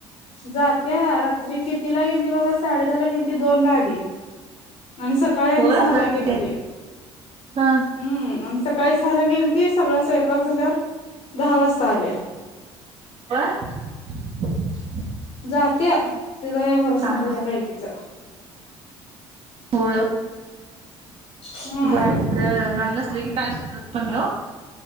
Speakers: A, on the left (about 55°); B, on the right (about 40°).
A: जाते रात्री किती ला गेली त बघा साडे दहा ला गेली त दोन ला आली आणि सकाळी आणि
B: होय
A: सहाा
B: रात्री
A: गेलतीय
B: हा
A: हम्म आणि सका काही झालं गेल ते सगळ स्वयंपाक झाल्यावर दहा वाजता आल्या
B: ब
A: जात्या तिचा काही भरोसा
B: हा
A: नाही जाय
B: हा
A: लायटीचा
B: होय
A: हम्म
B: लाईट नाही नसली की काय सुधरत पण नाही हो